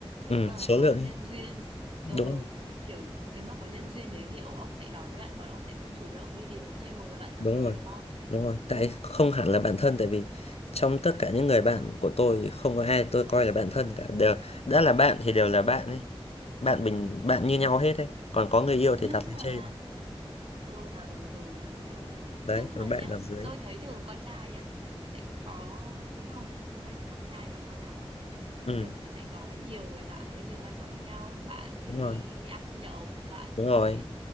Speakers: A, on the right (about 65°); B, on the left (about 80°).
A: Nếu
B: ừ,
A: mà
B: số
A: có
B: lượng
A: nhân
B: ấy.
A: duyên, ừ,
B: đúng
A: kiểu nếu mà có nhân duyên đến thì ông ông sẽ đón nhận còn ông sẽ không chủ động đi tìm thêm một người bạn thân
B: đúng
A: nữa
B: rồi
A: đúng không?
B: đúng rồi tại không hẳn là bạn thân tại vì trong tất cả những người bạn của tôi thì không có ai tôi coi là bạn thân cả đều đã là bạn thì đều là bạn ấy bạn bình bạn như nhau hết ấy còn có người yêu thì
A: Nhưng
B: đặt lên
A: mà
B: trên
A: ừ, à, ừ, ừ, đúng, đúng, đúng.
B: đấy
A: Nhưng
B: còn
A: mà
B: bạn
A: nhá,
B: ở dưới
A: tôi thấy thường con trai nhá, sẽ có không không phải là con trai mà con nào cũng thế nhỉ
B: ừ
A: kiểu nó sẽ có nhiều người bạn với nhiều vai trò khác nhau bạn để
B: đúng rồi
A: đi đi ăn đi nhậu bạn
B: đúng rồi
A: để